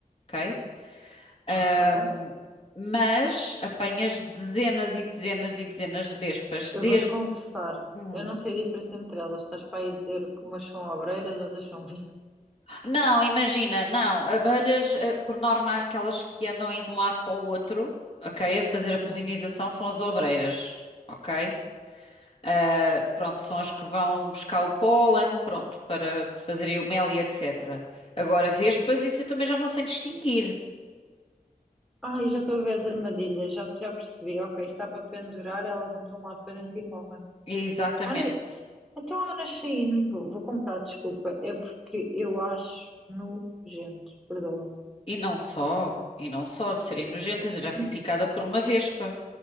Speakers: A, on the left (about 40°); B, in the centre.
A: ok? Ahm,
B: Ok.
A: mas apanhas dezenas e dezenas e dezenas de vespas,
B: Eu
A: desde.
B: vou-te confessar.
A: hum,
B: Eu não sei a diferença entre elas. Estás para aí dizer que umas são obreiras, outras são <laughs> vespas.
A: Não, imagina, não. Abelhas, eh, por norma, aquelas que andam aí de um lado para o outro, ok, a fazer
B: Sim.
A: a polinização são as obreiras, ok? Ah, pronto, são as que vão buscar o pólen, pronto, para fazerem o mel e etc. Agora, vespas, isso eu também já não sei distinguir.
B: Ai, já estou a ver as armadilhas. Já, já percebi. Ok, está para pendurar, elas entram lá para dentro e morrem.
A: Exatamente.
B: Ana, então a Ana Shein, vou, vou comprar, desculpa. É porque eu acho nojento. Perdoa-me.
A: E não só, e não só de serem nojentas, eu já fui
B: Hum.
A: picada por uma vespa